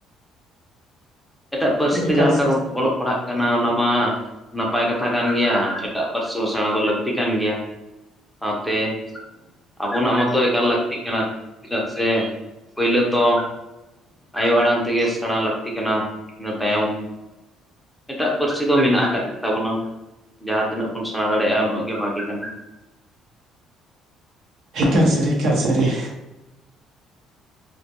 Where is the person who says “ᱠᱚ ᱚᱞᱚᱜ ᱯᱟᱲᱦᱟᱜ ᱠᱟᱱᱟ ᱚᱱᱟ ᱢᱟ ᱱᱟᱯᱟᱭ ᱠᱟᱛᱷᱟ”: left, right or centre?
Centre